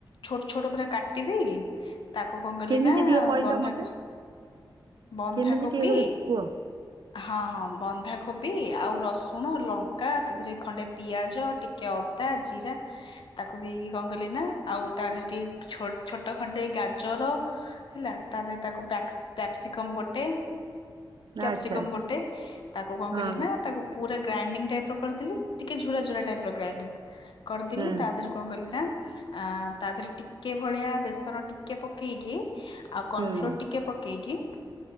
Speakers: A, on the left; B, on the right.
A: ଛୋଟ ଛୋଟ ପୁରା କାଟି ଦେଇକି ତାକୁ କନ୍ କଲି
B: କେମିତି
A: ନା
B: ଟିକେ କହିଲ
A: ବନ୍ଧାକୋ
B: ମୋତେ
A: ବନ୍ଧାକୋପି
B: କେମିତି ଟିକେ କରି କୁହ
A: ହଁ, ହଁ, ବନ୍ଧାକୋବି ଆଉ ରସୁଣ, ଲଙ୍କା, ତା ଦେହରେ ଖଣ୍ଡେ ପିଆଜ ଟି ଟିକେ ଅଦା, ଜିରା ତାକୁ ଦେଇକି କଣ କହିଲି ନା ଆଉ ତାର ସେଠି ଛୋଟ ଖଣ୍ଡେ ଗାଜର ହେଲା ତା ଦେହ ତାକୁ ପ୍ୟାପ୍ ପ୍ୟାପସିକମ ଗୋଟେ
B: ନା
A: କ୍ୟାପସିକମ
B: ଆଚ୍ଛା ଆଚ୍ଛା
A: ଗୋଟେ ତାକୁ କଣ
B: ହଁ
A: କଲି ନା ତାକୁ ପୁରା ଗ୍ରାଇଣ୍ଡିଙ୍ଗ ଟାଇପ ର କରିଦେଲି ଟିକେ ଝୁରଝୁରା ଟାଇପ ର ଗ୍ରାଇଣ୍ଡିଙ୍ଗ କରିଦେଲି
B: ହୁଁ
A: ତା ଦେହ କଣ କଲିି ନା ଆ ତା ଦେହରେ ଟିକେ ଭଳିଆ ବେସନ ଟିକେ ପକେଇକି ଆଉ
B: ହୁଁ
A: କନଫ୍ଲୋର ଟିକେ ପକେଇକି